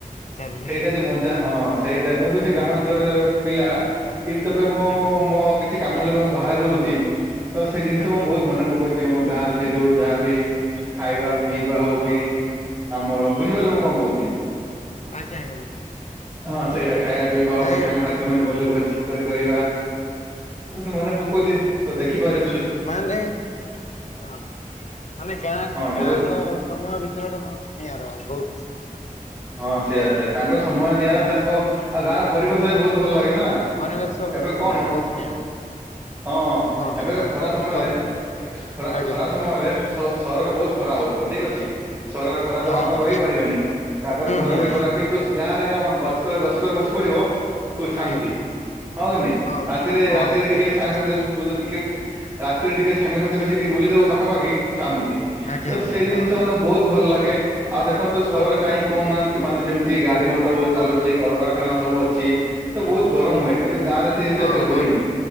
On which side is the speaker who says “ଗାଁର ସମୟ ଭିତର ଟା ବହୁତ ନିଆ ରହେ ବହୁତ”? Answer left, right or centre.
Left